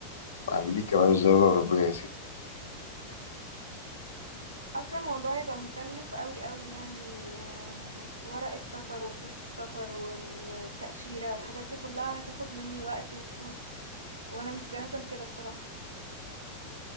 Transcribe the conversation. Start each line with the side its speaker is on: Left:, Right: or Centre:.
Left: امريكا بلاش دولة أوروبية يا
Right: حاسه الموضوع هيبقى مكلف قوي قوي يعني آه، ورق السفر وفلوس السفر والتاشيره والحاجات دي كلها هتاخد مني وقت وفلوس وانا مش جاهزه لكده بصراحه